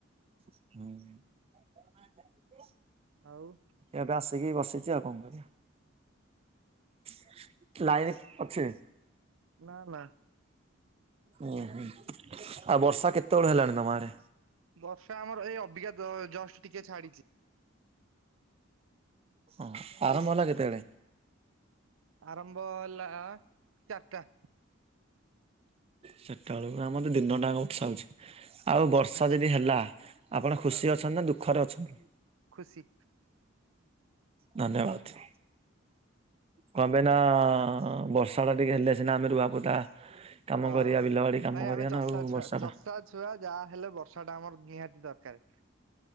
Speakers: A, on the right; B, on the right.
A: ହୁଁ <inaudible>
B: ଆଉ,?
A: ଏବେ ଆସିକି ବସିଛି ଆଉ କଣ କରିବା। <inaudible> ଲାଇନ କିଏ ଅଛି?
B: ନା ନା।
A: ଓୁଁ ହୁଁ। ଆଉ ବର୍ଷା କେତେବେଳୁ ହେଲାଣି ତମ ଆଡ଼େ?
B: ବର୍ଷା ଆମର ହେଇ ଅବିକା ଜଷ୍ଟ ଟିକେ ଛାଡିଛି।
A: ଓଃ। ଆରମ୍ଭ
B: ଏଇ
A: ହେଲା କେତେବେଳେ?
B: ଆରମ୍ଭ ହେଲା ଚାରିଟା।
A: ସେତେବେଳରୁ ଆମର ଦିନ ଟା ବର୍ଷା ହୋଉଛି। ଆଉ ବର୍ଷା
B: ଚାର
A: ଯଦି ହେଲା। ଆପଣ ଖୁସି
B: ହଁ
A: ଅଛନ୍ତି ନା ଦୁଃଖରେ ଅଛନ୍ତି?
B: ଖୁସି।
A: ଧନ୍ୟବାଦ। କଣପାଇଁ ନାଁ ବର୍ଷା ଟା ଟିକେ ହେଲେ ସିନା ଆମେ ରୁଆପୋତା କାମ
B: ହଁ
A: କରିବା ବିଲ ବାଡି କାମ
B: ଭାଇ
A: କରିବା
B: ଆମେ ଚଷାଛୁଆ।
A: ନା ଆଉ ବର୍ଷା ଟା
B: ଚଷା ଛୁଆ ଯାହା ହେଲେ ବର୍ଷା ଟା ଆମର ନିହାତି ଦରକାର।